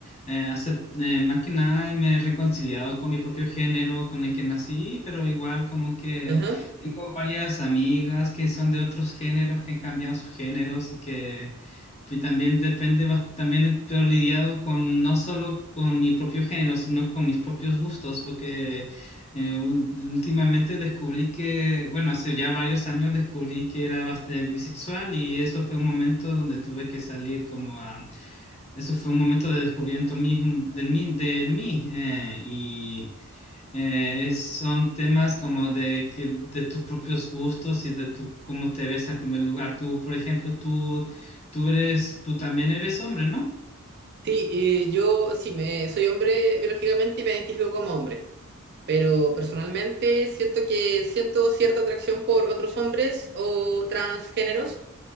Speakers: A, on the left; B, on the right.
A: eh, acep- eh, más que nada, me he reconciliado con mi propio género, con el que nací, pero igual como que
B: ajá.
A: tengo varias amigas que son de otros géneros, que han cambiado sus géneros y que Y también depende, bas- también estoy lidiado con no solo con mi propio género, sino con mis propios gustos, porque eh, un- últimamente descubrí que, bueno, hace ya varios años descubrí que era bastante bisexual y eso fue un momento donde tuve que salir como a, eso fue un momento de descubrimiento mismo del mí, del mí eh, y eh, es- son temas como de que de tus propios gustos y de tu, cómo te ves en primer lugar. Tú, por ejemplo, tú tú eres, tú también eres hombre, ¿no?
B: Sí, eh, yo sí, me, soy hombre biológicamente y me identifico como hombre, pero personalmente siento que siento cierta atracción por otros hombres o transgéneros,